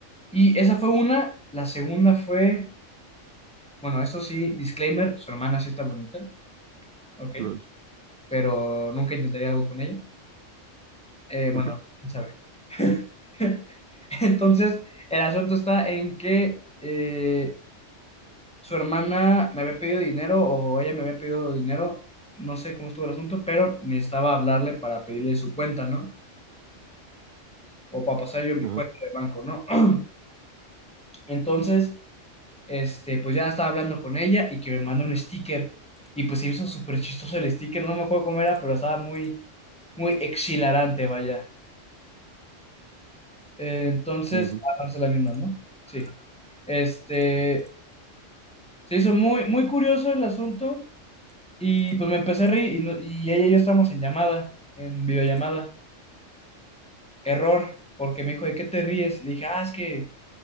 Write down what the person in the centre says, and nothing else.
Y esa fue una, la segunda fue, bueno, eso sí, disclaimer, su hermana sí está bonita, ok.
pero nunca intentaría algo con ella. Eh, bueno,
quién sabe. <laughs> Entonces, el asunto está en que eh, su hermana me había pedido dinero o ella me había pedido dinero, no sé cómo estuvo el asunto, pero necesitaba hablarle para pedirle su cuenta, ¿no? O para pasar yo mi
cuenta de banco, ¿no? <clears throat> Entonces, este, pues ya estaba hablando con ella y que me manda un sticker. Y pues se hizo súper chistoso el sticker, no me acuerdo cómo era, pero estaba muy, muy exhilarante, vaya. Eh, entonces,
a darse la misma, ¿no? Sí. Este, se hizo muy, muy curioso el asunto y pues me empecé a reír y, no- y ella y yo estábamos en llamada, en videollamada. Error, porque me dijo, ¿de qué te ríes? Y le dije, ah, es que,